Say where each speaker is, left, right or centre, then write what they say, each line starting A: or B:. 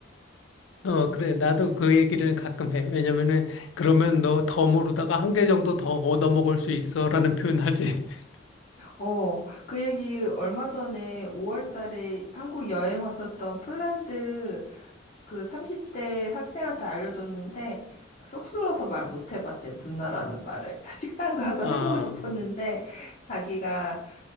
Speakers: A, on the left; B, on the left.
A: 어, 그래. 나도 그 얘기를 가끔 해. 왜냐면은, 그러면 너 더 모르다가 한 개 정도 더 얻어먹을 수 있어. 라는 표현하지. <laughs>
B: 어, 그 얘기 얼마 전에 5월 달에 한국 여행 왔었던 폴란드 그 30대 학생한테 알려줬는데 쑥스러워서 말 못 해봤대 누나라는 말을. <laughs> 식당 가서
A: 아,
B: 해보고 싶었는데 자기가